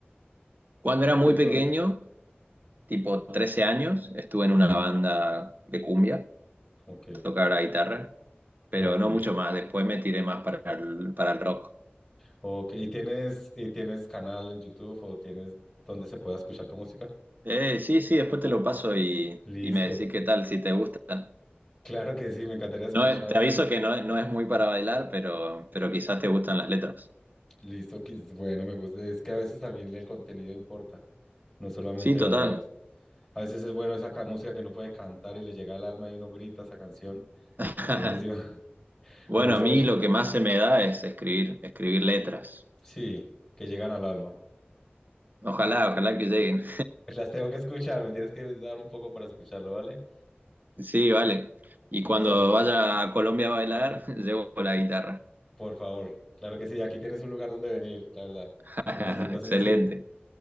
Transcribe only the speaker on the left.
De todo.
Ok,
ok,
ok. ¿Y tienes, y tienes canal en YouTube o tienes donde se pueda escuchar tu música?
Listo.
Claro que sí, me encantaría escuchar.
Listo, quis- bueno, me gusta. Es que a veces también el contenido importa, no solamente
bailar. A veces es bueno esa ca- música que uno puede cantar y le llega al alma y uno grita esa canción.
Es buenísima. <laughs>
Me gusta
mucho.
Sí, que llegan al alma.
Pues Las tengo que escuchar, me tienes que dar un poco para escucharlo, ¿vale?
Lison,
por favor. Claro que sí, aquí tienes un lugar donde venir, la verdad,
si necesitas
un <laughs> sitio.